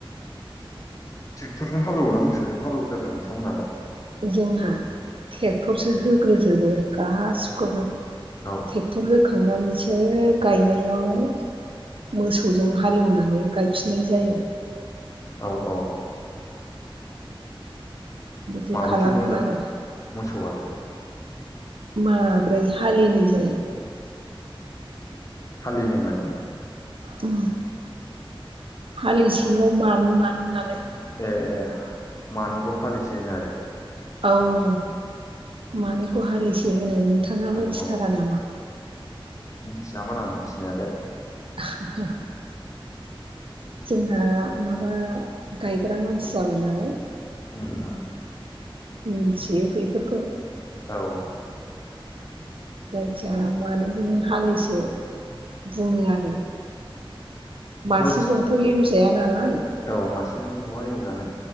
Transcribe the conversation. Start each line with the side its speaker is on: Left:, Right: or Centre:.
Left: ट्रेक्टरजों हालौओना मोसौजों हालौओ जाखो नोंथांमोनालाय?
Right: जोंहा ट्रेक्टरसो होग्रोजोबो गासिखौबो।
Left: औ
Right: टर होखांनानैसो गायनायाव मोसौजों हालेवनानै गायफिननाय जायो।
Left: औ औ
Right: बिदि
Left: माबैसे
Right: खालामो
Left: दं जाखो?
Right: आरो
Left: मोसौआलाय?
Right: माब्रै हालिनै जायो।
Left: हालिनै माने
Right: उम हालिसेयाव मानै मानै नालाय
Left: ए ए मानैखौ हालिसे होनो आरो।
Right: औ मानै खौ हालिसे होनो नोंथाङा
Left: आरो
Right: मिथिथारा
Left: औ
Right: नामा?
Left: मिथियामोन आं मिथिनायालाय।
Right: <unintelligible> जोंहा माबा गायग्रा मानसि जाबाय नालाय।
Left: ओम ओम
Right: मिन्थियो बेफोरखौ।
Left: औ
Right: जायखिया मानैजों हाैसे बुङो आरो मासेजोंथ'
Left: मोस
Right: एवजाया नालाय।
Left: औ मासेजोंथ' बहाय एवजानो।